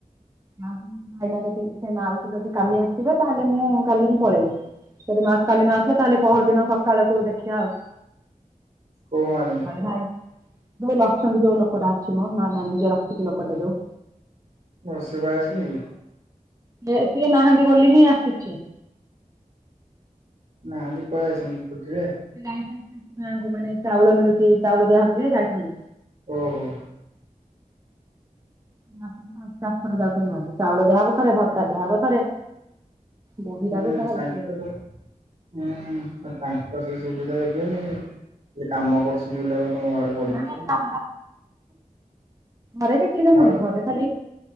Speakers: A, on the right; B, on the right.
A: <inaudible> ଭାଇନା ଯଦି ସେ ମାଉସି ଯଦି କାଲି ଆସିବେ ତାହେଲେ ମୁଁ କାଲି ହିଁ ପଳେଇବି। ଯଦି ମାଉସି କାଲିନ ଆସିଲେ ତାହେଲେ ପହର ଦିନ ସକାଳକୁ ଦେଖିବା ଆଉ।
B: କୋଉ ମାଉସୀ?
A: ମାନେ ଭାଇ ଯୋଉ ମରିଛନ୍ତି ଯୋଉ ଲୋକଟା ଅଛି ମ ମା ନାନି ଯଉ ରଖିଛି ଲୋକଟା ଯୋଉ।
B: ହ ସେ ଭାଇ ଆସୁନି କି?
A: ସେ ସିଏ ନାହାନ୍ତି ବୋଲି ହିଁ ଆସିଛି।
B: ନାହାନ୍ତି କୁଆଡେ ଯାଇଛନ୍ତି ଛୁଟି ରେ?
A: ସେ ଯାଇଛନ୍ତି ମାନେ ତାଙ୍କ ଗାଁ କୁ ମାନେ ଚାଉଳ ମିଳୁଛି ଚାଉଳ ଦିଆହଉଥିବ ଯାଇଛନ୍ତି।
B: ଓହୋ।
A: ମାସ କୁ ପାଞ୍ଚ <inaudible> ଯାଉଛନ୍ତି ଗାଆଁ କୁ ଚାଉଳ ଦିଆହବ ଥରେ ଭତ୍ତା ଦିଆହବ ଥରେ। ବୁଢୀଟାକୁ
B: ହୁଁ
A: ଶଳା
B: ତାଙ୍କର
A: ବିକିବେ।
B: ହୁଁ ତାଙ୍କରି ସେ ସୁବିଧା ଦେଖିବେନି? ସେ କାମ କରୁଛନ୍ତି ବୋଲି ଆଉ କଣ ତମ ଘରେ ପଡିକି
A: <unintelligible> ଖାଲି
B: ଥିବେ।
A: ଘରେ
B: ଆଉ
A: ଖାଲି